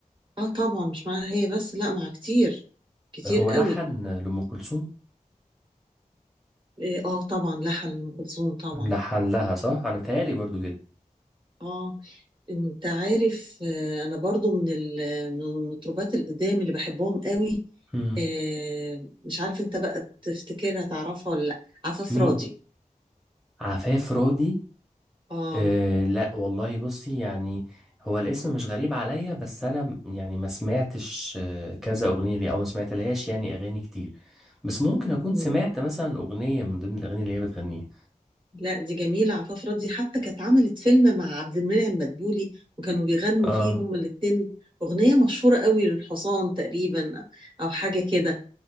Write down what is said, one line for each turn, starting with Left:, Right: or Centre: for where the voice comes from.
Right: اه طبعا مش معاها هي بس لا مع كتير كتير
Centre: هو
Right: قوي
Centre: لحن لأم كلثوم
Right: اه آه، طبعا لحن أم كلثوم طبعا
Centre: لحن لها صح أنا بتهيألي برضو كده
Right: اه انت عارف آه، انا برضو من ال- من المطربات القدام اللي بحبهم قوي
Centre: امم
Right: آه، مش عارف انت بقى تفتكرها تعرفها ولا لا عفاف
Centre: مين
Right: راضي
Centre: عفاف راضي
Right: اه
Centre: أه لا والله بصي يعني هو الاسم مش غريب عليا بس انا م- يعني ما سمعتش آه، كذا اغنيه ليه او ما سمعتلهاش يعني اغاني كتير بس ممكن اكون
Right: مم.
Centre: سمعت مثلا اغنيه من ضمن الاغاني اللي هي بتغنيها
Right: لا دي جميلة عفاف راضي حتى كانت عملت فيلم مع عبد المنعم مدبولي وكانوا بيغنوا
Centre: اه
Right: فيه هما الاتنين أغنية مشهورة قوي للحصان تقريبا أو حاجة كده